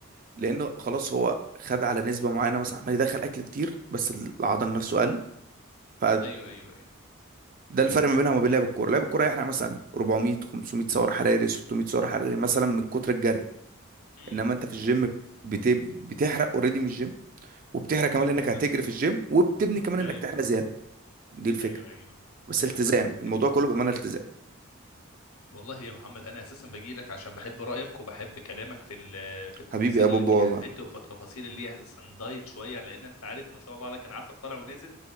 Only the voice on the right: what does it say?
لانه خلاص هو خد على نسبة معينة مثلا عمال يدخل اكل كتير بس العضل نفسه قل ف
ده الفرق ما بينها وما بين لعب الكوره لعب الكوره يحرق مثلا 400 500 سعر حراري 600 سعر حراري مثلا من كتر الجري
انما انت في الجيم بت... بتحرق اوريدي من الجيم وبتحرق
كمان لانك
هتجري
في الجيم وبتبني كمان انك
تحرق زياده دي الفكره
بس
التزام
الموضوع كله بامانه التزام
حبيبي يا بوب
والله